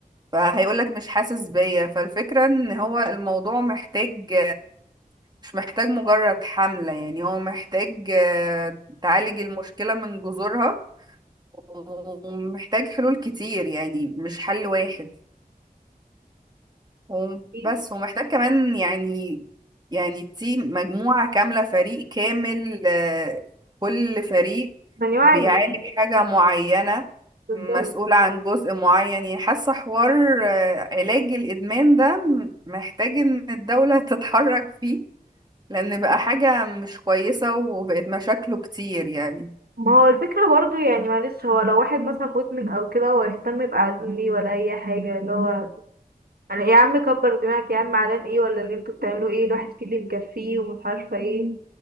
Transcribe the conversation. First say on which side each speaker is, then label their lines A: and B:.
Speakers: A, on the right (about 25°); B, on the right (about 90°).
A: فهيقول لك مش حاسس بيا فالفكرة ان هو الموضوع محتاج مش محتاج مجرد حملة يعني هو محتاج آه، تعالج المشكلة من جذورها ومحتاج حلول كتير يعني مش حل واحد و-
B: كتير.
A: بس ومحتاج كمان يعني يعني تيم مجموعة كاملة فريق كامل آه، كل فريق
B: من يوعي
A: بيعالج
B: الناس
A: حاجة معينة
B: بالظبط
A: مسؤول عن جزء معين يعني حاسة حوار آه، علاج الإدمان ده م- محتاج إن الدولة تتحرك فيه لأن بقى حاجة مش كويسة وبقت مشاكله كتير يعني
B: ما هو الفكرة برضو يعني معلش هو لو واحد مثلا مدمن او كده هو يهتم بعقله ليه ولا اي حاجة اللي هو انا ايه يا عم كبر دماغك يا عم علان ايه ولا اللي انتوا بتعملوا ايه الواحد فيه اللي مكفيه ومش عارفة ايه